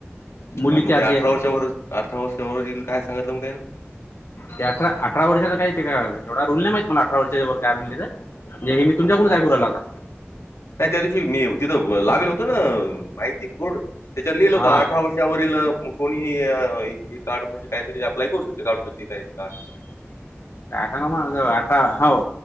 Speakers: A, on the left; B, on the left.
A: मुलीची
B: अन् मग
A: अर्धी
B: हे अठरा
A: आहे
B: अठरा वर्ष वरील काय सांगितलं मग त्यान
A: ते अठरा अठरा वर्षाच काही ते का एवढा रुल नाही माहित मला अठरा वर्षाच्या वर काय म्हणली तर हे मी
B: हो
A: तुमच्याकडूनच
B: का?
A: ऐकू राहिलो आत्ता
B: नाही त्या दिवशी मी तिथं लावेल होत ना माहिती बोर्ड त्याच्यावर लिहिलं
A: हा
B: होत अठरा वर्ष त्याच्यावरील कोणीही हे कार्ड म्हणजे काहीतरी अप्लाय करू शकते काढू शकते काहीतरी कार्ड
A: <inaudible> काय सांगा मग अठरा हो